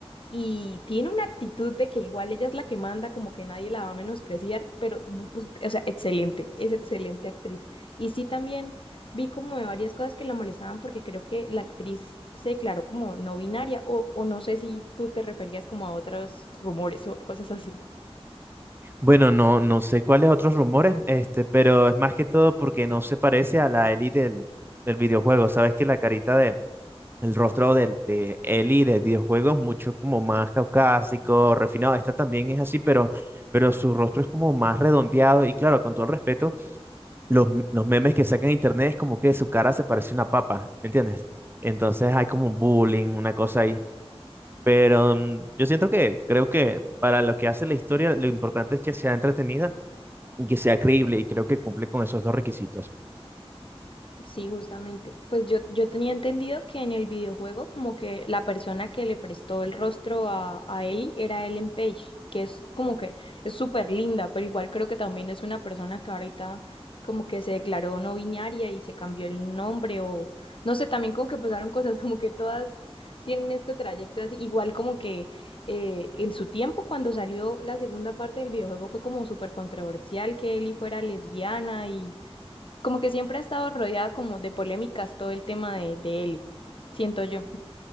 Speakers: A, on the left (about 55°); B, on the right (about 20°).
A: y tiene una actitud de que igual ella es la que manda, como que nadie la va a menospreciar, pero, bu- bu- o sea, excelente, es excelente actriz. Y sí también vi como de varias cosas que la molestaban porque creo que la actriz se declaró como no binaria o, o no sé si tú te referías como a otros rumores o cosas así.
B: Bueno, no, no sé cuáles otros rumores, este, pero es más que todo porque no se parece a la Ellie del, del videojuego. Sabes que la carita de, El rostro del- de, Ellie del videojuego es mucho como más caucásico, refinado. Esta también es así, pero, pero su rostro es como más redondeado. Y claro, con todo el respeto, los, m- los memes que sacan en internet es como que su cara se parece a una papa, ¿me entiendes? Entonces hay como un bullying, una cosa ahí. Pero mm, yo siento que, creo que para lo que hace la historia, lo importante es que sea entretenida y que sea creíble. Y creo que cumple con esos dos requisitos.
A: Sí, justamente. Pues yo, yo tenía entendido que en el videojuego como que la persona que le prestó el rostro a, a Ellie era Ellen Page, que es como que es súper linda, pero igual creo que también es una persona que ahorita como que se declaró no binaria y se cambió el nombre o no sé, también como que pasaron cosas <laughs> como que todas tienen este trayecto así, igual como que eh, en su tiempo cuando salió la segunda parte del videojuego fue como súper controversial que Ellie fuera lesbiana como que siempre ha estado rodeado como de polémicas todo el tema de, de él, siento yo.